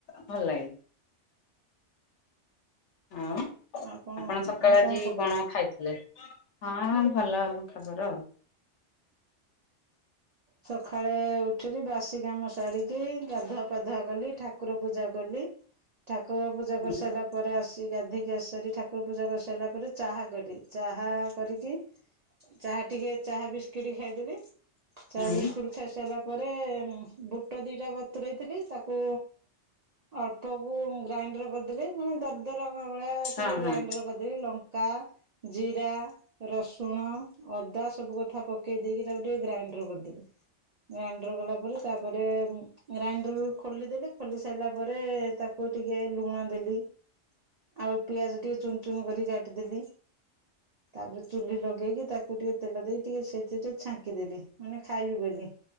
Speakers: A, on the left; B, on the right.
A: ଭଲ ଲାଗେ। ହଉ
B: ଆଉ କଣ
A: ଆପଣ ସକାଳ
B: ଆଉ
A: ଆଜି
B: ଖବର?
A: କଣ ଖାଇଥିଲେ? ହଁ ଭଲ ଖବର ଆଉ।
B: ସକାଳେ ଏଠି ବାସି କାମ ସାରିକି ଗାଧୁଆ ପାଧୁଆ କଲି ଠାକୁର ପୂଜା କଲି। ଠାକୁର ପୂଜା
A: ହୁଁ
B: କରିସାରିଲା ପରେ ଆସି ଗାଧିକି ଆସିସାରି ଠାକୁର ପୂଜା କରିସାରିଲା ପରେ ଚାହା କଲି ଚାହା ଚାହା କରିକି ଚାହା ଟିକେ ଚାହା ବିସ୍କିଟ ଖାଇଦେଲି। ଚା
A: ହୁଁ
B: ବିସ୍କୁଟ୍ ଖାଇ ସାରିଲା ପରେ। ବୁଟ ଦିଟା ବତୁରେଇ ଥିଲି ତାକୁ ଅଳ୍ପକୁ ଗ୍ରାଇଣ୍ଡର କରି ମାନେ ଦରଦର ହେବାଭଳି
A: ହଁ
B: ଟିକେ
A: ହଁ।
B: ଗ୍ରାଇଣ୍ଡର କରିଦେଲି ଲଙ୍କା ଜିରା ରସୁଣ ଅଦା ସବୁ କଥା ପକେଇ ଦେଇକି ତାକୁ ଟିକେ ଗ୍ରାଇଣ୍ଡର କରିଦେଲି। ଗ୍ରାଇଣ୍ଡର ଗଲାପରେ ତାପରେ ଗ୍ରାଇଣ୍ଡର ଖୋଲିଦେଲି ଖୋଲି ସାରିଲା ପରେ ତାକୁ ଟିକେ ଲୁଣ ଦେଲି ଆଉ ପିଆଜ ଟିକେ ଚୁନଚୁନ କରି କାଟିଦେଲି। ତାପରେ ଚୁଲି ଲଗେଇକି ତାକୁ ଟିକେ ତେଲ ଦେଇକି ଟିକେ ସେଇଥି ଟିକେ ଛାଙ୍କି ଦେଲି। ମାନେ ଖାଇବି ବୋଲି